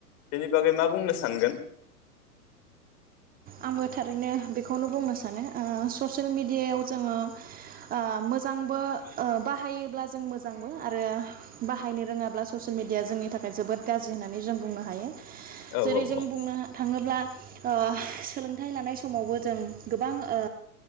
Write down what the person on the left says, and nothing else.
बेनि बागै मा बुंनो सानगोन
औ
औ